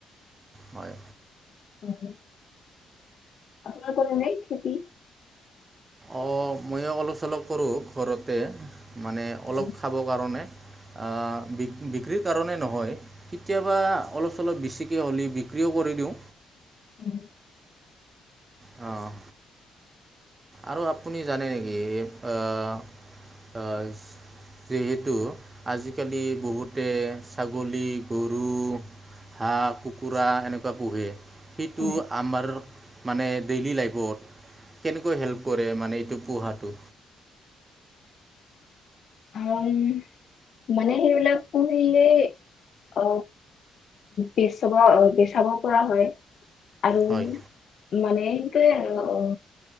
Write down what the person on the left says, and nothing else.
হয়। আপোনাৰ কৰে নে খেতি?
হয়,
হয় <inaudible>
হয়।
মই, মানে সেইবিলাক শুনিলেই, অ, বেচবা বেচাব পৰা হয় আৰু,
মানে এনকে আৰু অ,